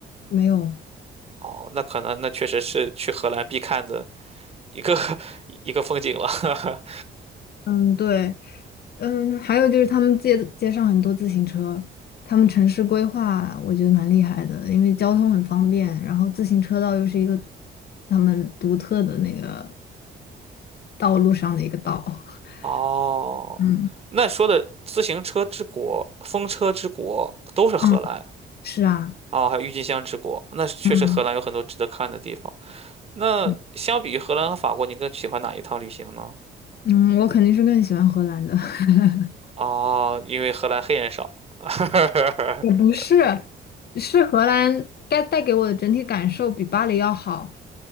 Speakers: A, on the left; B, on the right.
A: 没有。
B: 哦，那可能那确实是去荷兰必看的一个 <laughs> 一个风景了。<laughs>
A: 嗯，对。嗯，还有就是他们街街上很多自行车，他们城市规划我觉得蛮厉害的，因为交通很方便，然后自行车道又是一个他们独特的那个道路上的一个道。<laughs>
B: 哦，
A: 嗯
B: 那说的自行车之国、风车之国都是荷兰
A: 嗯，<laughs> 是啊，
B: 哦，还有郁金香之国。那确实荷兰有很多值得看的地方。
A: 嗯
B: 那相比于荷兰和法国，
A: 嗯
B: 你更喜欢哪一趟旅行呢？
A: 嗯，我肯定是更喜欢荷兰的。<laughs>
B: 哦，因为荷兰黑人少。<laughs>
A: 也不是，是荷兰该带给我的整体感受比巴黎要好。